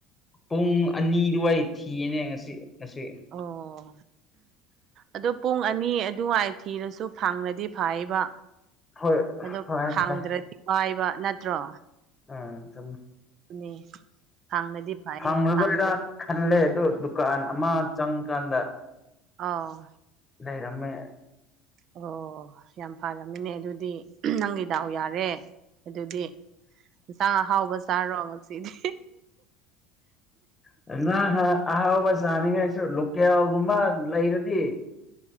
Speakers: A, on the left; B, on the right.
A: ꯄꯨꯡ ꯑꯅꯤꯗꯨꯋꯥꯏ ꯊꯤꯌꯦꯅꯦ ꯉꯁꯤ ꯉꯁꯤ
B: ꯑꯣ ꯑꯗꯣ ꯄꯨꯡ ꯑꯅꯤ ꯑꯗꯨꯋꯥꯏ ꯊꯤꯔꯁꯨ ꯐꯪꯂꯗꯤ ꯐꯥꯏꯕ
A: ꯍꯣꯏ
B: ꯑꯗꯣ
A: ꯍꯣꯏ
B: ꯐꯪꯗ꯭ꯔꯗꯤ
A: ꯍꯣꯏ
B: ꯋꯥꯏꯕ ꯅꯠꯇ꯭ꯔꯣ
A: ꯑ ꯆꯝ
B: ꯅꯦ ꯍꯥꯡꯔꯗꯤ ꯐꯔꯦ
A: ꯐꯪꯂꯔꯣꯏꯔꯥ
B: ꯍꯥꯡꯗ꯭ꯔ
A: ꯈꯜꯂꯦ ꯑꯗꯨ ꯗꯨꯀꯥꯟ ꯑꯃ ꯆꯪꯀꯥꯟꯗ
B: ꯑꯣ
A: ꯂꯩꯔꯝꯃꯦ
B: ꯑꯣ ꯌꯥꯝ ꯐꯔꯃꯤꯅꯦ ꯑꯗꯨꯗꯤ ꯅꯪꯒꯤ ꯗꯥꯎ ꯌꯥꯔꯦ ꯑꯗꯨꯗꯤ ꯌꯦꯟꯁꯥꯡ ꯑꯍꯥꯎꯕ ꯆꯥꯔꯣ ꯉꯁꯤꯗꯤ
A: <unintelligible> ꯑꯍꯥꯎꯕ ꯆꯅꯤꯡꯉꯥꯏꯁꯨ ꯂꯣꯀꯦꯜꯒꯨꯝꯕ ꯂꯩꯔꯗꯤ